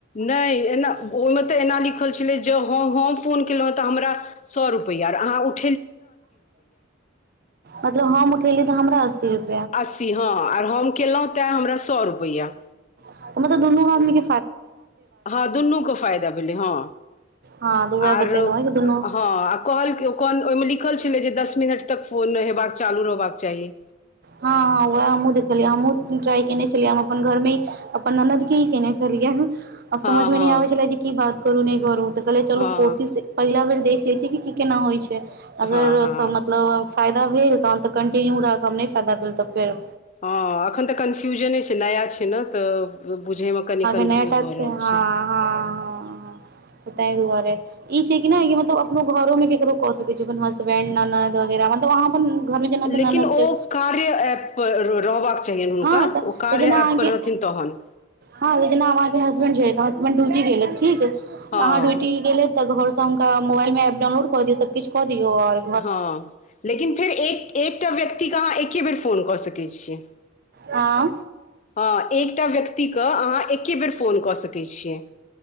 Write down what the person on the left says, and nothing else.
नहि एना ओहिमे तऽ एना लिखल छलै जँ हम फोन केलहुँ हँ तऽ हमरा सौ रुपैया आर अहाँ उठ
अस्सी हँ आर हम केलहुँ तैं हमरा सौ रुपैया
हँ दुनू के फायदा भेलै हँ
आरो
हँ आ कहलकै ओहिमे कॉल ओहिमे लिखल छलै जे दस मिनट तक फोन हेबाक चालू रहबाक चाही
हँ
हँ
हँ
हँ हँ
हँ एखन तऽ कन्फ्यूजने छै नया छै ने तऽ बुझैमे कनी कन्फ्यूज
भऽ रहल
छै
लेकिन
ओ
कार्य ऐप पर रहबाक चाहि हुनका
ओ कार्य
ऐप
पर रहथिन तहन
हँ
हँ लेकिन फेर एक एकटा व्यक्तिके अहाँ एके बेर फोन कऽ सकैत छियै
हँ एकटा व्यक्तिकेँ अहाँ एके बेर फोन कऽ सकैत छियै